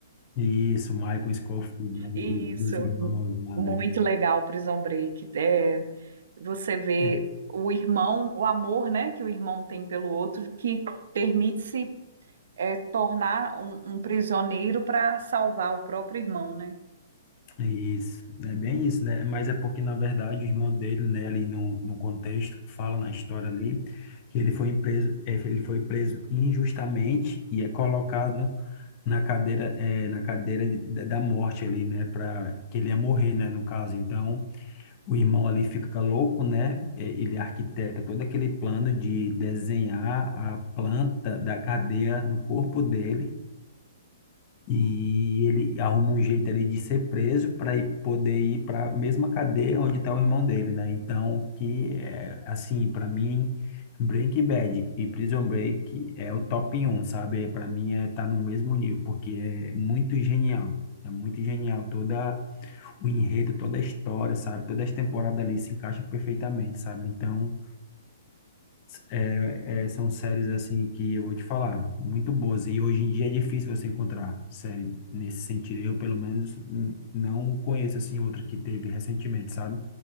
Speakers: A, on the left; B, on the right.
A: Isso, Michael Scofield, né? O-
B: Isso.
A: Dos irmãos lá,
B: Muito
A: né?
B: legal, Prison Break. É, você vê
A: É,
B: o irmão, o amor, né, que o irmão tem pelo outro, que permite-se é, tornar um, um prisioneiro para salvar o próprio irmão, né?
A: Isso, é bem isso, né? Mas é porque, na verdade, o irmão dele, né, ali no, no contexto, fala na história ali, que ele foi preso, é ele foi preso injustamente e é colocado na cadeira, é na cadeira de- da da morte ali, né, para que ele ia morrer, né, no caso. Então, o irmão ali fica louco, né? Eh, Ele arquiteta todo aquele plano de desenhar a planta da cadeia no corpo dele e ele arruma um jeito ali de ser preso para poder ir para a mesma cadeia onde está o irmão dele, né? Então, que é assim, para mim, Breaking Bad e Prison Break é o top 1, sabe? Para mim é tá no mesmo nível, porque é muito genial. É muito genial toda o enredo, toda a história, sabe? Todas as temporadas ali se encaixam perfeitamente, sabe? Então, é, é, são séries assim que eu vou te falar, muito boas. E hoje em dia é difícil você encontrar série nesse sentido. Eu, pelo menos, n- não conheço assim outra que teve recentemente, sabe?